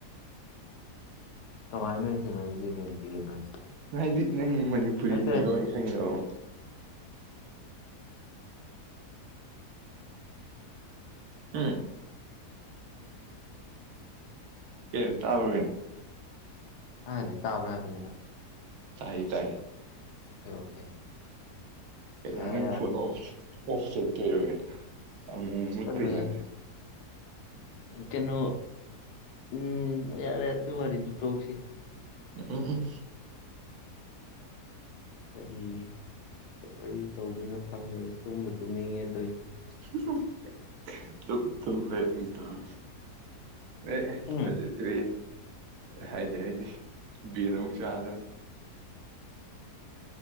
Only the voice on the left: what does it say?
ꯀꯃꯥꯏꯅꯅꫭ ꯊꯦꯅꯩꯁꯦ ꯀꯩ ꯏꯟꯇꯤꯒꯦꯠꯅꫭ ꯍꯥꯏꯁꯦ꯫
ꯅꯠꯇꯦ
ꯍꯥꯏꯗꯤ ꯇꯥꯕ꯭ꯔ ꯍꯥꯏꯗꯅꯤꯗ꯫
ꯑꯣꯀꯦ
ꯌꯥꯔꯦ
ꯌꯥꯔꯦ
ꯆꯠꯂꯣꯍꯦ
ꯀꯩꯅꯣ ꯎꯝ ꯌꯥꯔꯦ ꯑꯗꯨ ꯋꯥꯔꯤꯗꯨ ꯇꯣꯛꯁꯤ꯫
ꯀꯔꯤ ꯀꯔꯤ ꯋꯥꯔꯤ ꯇꯧꯗꫭꯏꯅꫭ ꯈꯪꯗꯗꯦ ꯇꯨꯝꯕꯨ ꯇꯨꯝꯅꯤꯡꯉꯦ ꯇꯧꯏ꯫
ꯎꯝ